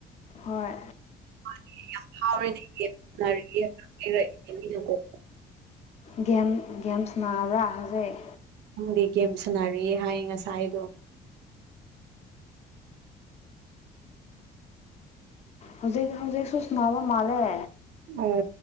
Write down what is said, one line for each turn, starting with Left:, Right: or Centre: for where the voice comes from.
Left: ꯍꯣꯏ
Right: <unintelligible>
Left: ꯒꯦꯝ ꯒꯦꯝꯁ ꯁꯅꯥꯕ꯭ꯔꯥ ꯍꯧꯖꯤꯛ
Right: ꯅꯪꯗꯤ ꯒꯦꯝ ꯁꯥꯟꯅꯔꯤ ꯍꯥꯏ ꯉꯁꯥꯏꯗꯣ
Left: ꯍꯧꯖꯤꯛ ꯍꯧꯖꯤꯛ ꯁ ꯅꯥꯕ ꯃꯥꯜꯂꯦ
Right: ꯑꯣ